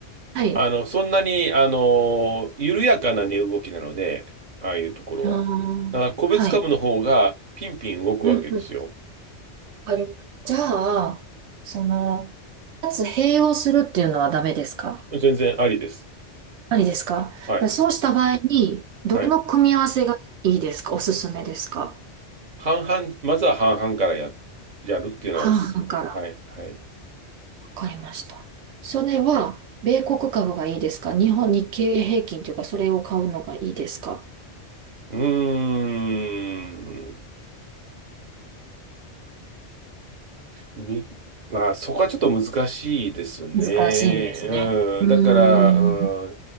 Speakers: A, on the right (about 80°); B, on the right (about 40°).
A: はい。
B: あの、そんなに、あの、緩やかな値動きなので、ああいうところは。
A: あ
B: だから個別株の方がピンピン動くわけですよ。
A: ーはい。うんうん。あれ、じゃあ、その、二つ併用するっていうのはダメですか
B: 全然ありです。
A: ありですかでそうした場合に、
B: はい。
A: どの組み合わせがいいですかおすすめですか
B: はい。半々、まずは半々からや、やるっていうのはおすすめ。
A: 半々から。
B: はい。はい。う
A: わかりました。それは、米国株がいいですか日本、日経平均というか、それを買うのがいいですか
B: ーん。に、まあ、そこはちょっと難しいですね。
A: 難しいんですね。
B: うん。
A: うーん。
B: だから、う